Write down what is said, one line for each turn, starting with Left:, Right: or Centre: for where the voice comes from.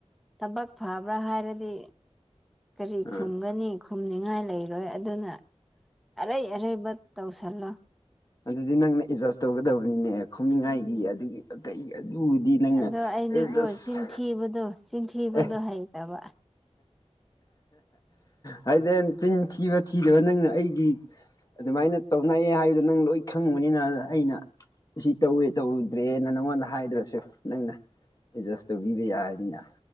Centre: ꯊꯕꯛ ꯐꯕ꯭ꯔꯥ ꯍꯥꯏꯔꯗꯤ ꯀꯔꯤ
Left: ꯎꯝ
Centre: ꯈꯨꯝꯒꯅꯤ ꯈꯨꯝꯅꯤꯡꯉꯥꯏ ꯂꯩꯔꯣꯏ ꯑꯗꯨꯅ ꯑꯔꯩ ꯑꯔꯩꯕ ꯇꯧꯁꯤ ꯆꯜꯂ
Left: ꯑꯗꯨꯗꯤ ꯅꯪꯅ ꯑꯦꯗꯖꯥꯁ ꯇꯧꯒꯗꯕꯅꯤꯅꯦ ꯈꯣꯅꯤꯡꯉꯥꯏꯒꯤ
Centre: ꯎꯝ
Left: ꯑꯗꯨꯒꯤ ꯀꯩ ꯑꯗꯨꯕꯨꯗꯤ ꯅꯪꯅ
Centre: ꯑꯗꯣ ꯑꯩꯗꯤꯀꯣ
Left: ꯑꯦꯖꯁ
Centre: ꯆꯤꯟꯊꯤꯕꯗꯣ ꯆꯤꯟꯊꯤꯕꯗꯣ
Left: ꯑꯦ
Centre: ꯍꯩꯇꯕ
Left: ꯍꯥꯏꯗꯤ ꯆꯤꯟ ꯊꯤꯕ ꯊꯤꯗꯕ ꯅꯪꯅ ꯑꯩꯒꯤ ꯑꯗꯨꯃꯥꯏꯅ ꯇꯧꯅꯩꯌꯦ ꯍꯥꯏꯕꯗꯣ ꯅꯪ ꯂꯣꯏ ꯈꯪꯕꯅꯤꯅ ꯑꯩꯅ ꯁꯤ ꯇꯧꯋꯦ ꯇꯧꯗ꯭ꯔꯦ ꯅꯅꯉꯣꯟ ꯅ ꯍꯥꯏꯗ꯭ꯔꯁꯨ ꯅꯪꯅ ꯑꯦꯗꯖꯁ ꯇꯧꯕꯤꯕ ꯌꯥꯔꯅꯤꯅ